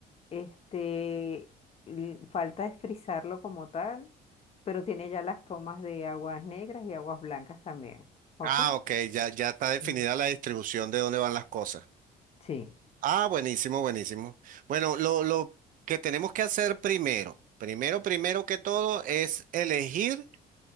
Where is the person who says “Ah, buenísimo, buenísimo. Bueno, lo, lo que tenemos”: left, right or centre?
Right